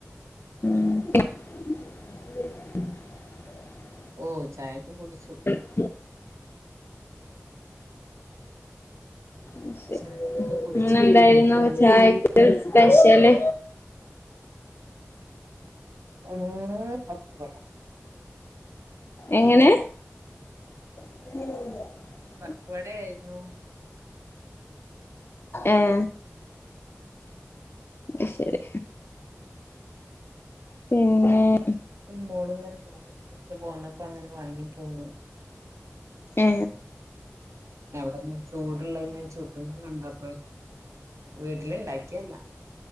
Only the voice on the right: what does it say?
ഓ ചായക്ക് കുടിച്ചു.
ചായൊക്കെ കുടിച്ചിങ്ങനെ
ഇരിക്കയാണ്
ഇന്ന് പത്രി
പക്വട ആയിരുന്നു
മോള് ഇങ്ങനെ <unintelligible> പോന്നപ്പോ അങ്ങനെ വാങ്ങി പോന്നു
എവിടെ ചൂടുള്ളങ്ങെ ചൂടന്നെ കണ്ടപേ വീട്ടില് ഇണ്ടാക്കിയല്ല